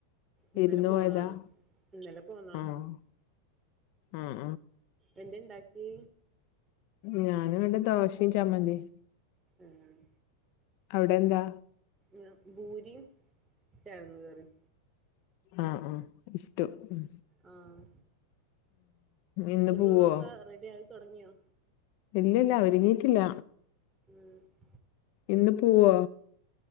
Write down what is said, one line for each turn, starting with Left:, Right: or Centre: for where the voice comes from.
Right: ഇന്നലെ
Left: വിരുന്ന്
Right: പോന്നാണ്
Left: പോയതാ
Right: ഇന്നലെ പോന്നാണ്.
Left: ആഹ് ആഹ്
Right: എൻതെണ്ടാക്കി?
Left: ഞാന്വ്ടെ ദോഷിം ചമ്മന്തിം
Right: ആഹ്
Left: അവ്ടെന്താ?
Right: ഏ ഭൂരിം കെഴങ്ങ് കറിം.
Left: ആഹ് ആഹ് ഇസ്റ്റ് ഉം
Right: ആഹ്
Left: ഇന്ന്
Right: ഉച്ചക്കുള്ളൊക്കെ
Left: പോവോ
Right: റെഡി ആയി തൊടങ്ങിയോ?
Left: ഇല്ലല്ല ഒരുങ്ങീറ്റില്ല.
Right: ഉംഹ്.
Left: ഇന്ന് പോവോ?